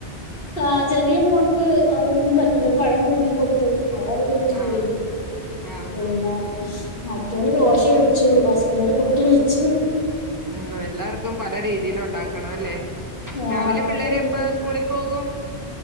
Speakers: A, on the left; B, on the right.
A: ആഹ് ചെറിയ മോൾക്ക് അതൊന്നും പറ്റില്ലോ പഴം പുഴുങ്ങി കൊടുത്തു അവൾ അത് കഴിച്ചു
B: ആഹ്
A: പോയി
B: ആഹ്
A: പിന്നെ
B: ആഹ്
A: മറ്റോൾ ദോശ കഴിച്ചു ഹസ്ബൻഡ് പുട്ട് കഴിച്ചു
B: ഉം എല്ലാർക്കും പല രീതിയില് ഉണ്ടാക്കണം അല്ലേ രാവിലെ
A: ആ അതൊക്കെ
B: പിള്ളേര്
A: കഴിഞ്ഞാല്
B: എപ്പ സ്കൂളിൽ പോകും